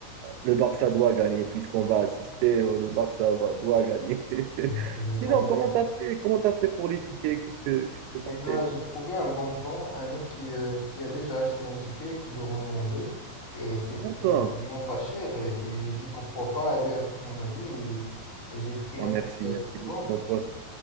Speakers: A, on the right; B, on the left.
A: le Barça doit gagner puisqu'on va assister. euh, Le Barça va- doit gagner. <laughs>
B: Bien sûr, bien
A: Sinon,
B: sûr,
A: comment t'as fait? Comment t'as fait pour les tickets? Qu'est-ce que, qu'est-ce que t'as
B: Eh ben,
A: fait? t'as-
B: j'ai trouvé un bon plan, un mec qui, euh, qui a déjà acheté un ticket, qui le revendait, et c'était
A: D'accord.
B: vraiment pas cher, et, et j'ai dit pourquoi pas aller avec mon ami, et, et j'ai pris
A: Oh,
B: un
A: merci,
B: ticket
A: merci
B: pour
A: beaucoup,
B: toi.
A: mon pote.